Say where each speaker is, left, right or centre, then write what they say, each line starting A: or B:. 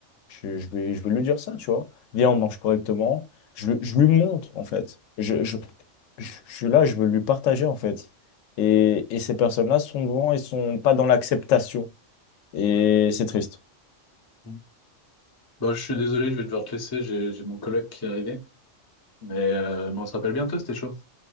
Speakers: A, on the left; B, on the left.
A: Je, je vais, je vais lui dire ça, tu vois. Viens, on mange correctement. Je, je lui montre, en fait. Je, je, je suis là, je veux lui partager, en fait. Et, et ces personnes-là, souvent, ils sont pas dans l'acceptation. Et c'est triste.
B: Mm. Bon, je suis désolé, je vais devoir te laisser, j'ai j'ai mon coloc qui est arrivé. Mais, euh, mais on se rappelle bientôt, c'était chaud.